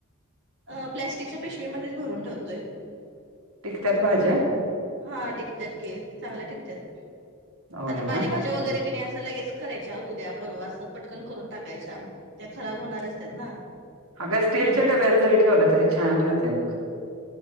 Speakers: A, on the right; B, on the right.
A: अ प्लस्टिकच्या पिशवीमध्ये च भरून ठेवतोय
B: टिकत्यात भाज्या
A: हा टिकत्यात की चांगल्या टिकतात
B: होय
A: आता
B: ना
A: पालेभाज्या वगैरे
B: हं.
A: क नाही असं लगेच करायच्या उद्या परवा असं पटकन करून टाकायच्या त्या खराब होणाऱ्या असतात ना
B: अग स्टीलच्या
A: हम्म
B: डब्यात जरी ठेवलं तरी छान राहत्या बघ